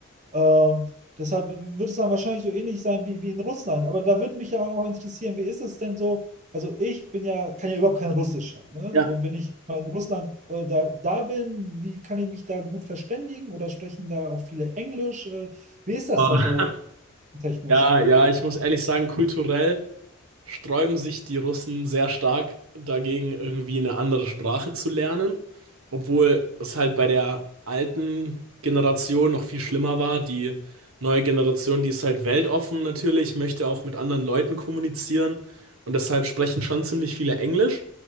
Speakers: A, on the right; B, on the right.
A: Ähm, deshalb wird es dann wahrscheinlich so ähnlich sein wie, wie in Russland. Aber da würde mich ja auch interessieren, wie ist es denn so? also ich bin ja, kann ja überhaupt kein Russisch. Ne?
B: ja.
A: Und wenn ich mal in Russland äh, da, da bin, wie kann ich mich da gut verständigen oder sprechen da auch viele Englisch? Äh, wie ist das
B: Ah,
A: da so technisch?
B: Ja, ja, ich muss ehrlich sagen, kulturell. sträuben sich die Russen sehr stark dagegen, irgendwie eine andere Sprache zu lernen, obwohl es halt bei der alten Generation noch viel schlimmer war. Die neue Generation, die ist halt weltoffen natürlich, möchte auch mit anderen Leuten kommunizieren und deshalb sprechen schon ziemlich viele Englisch,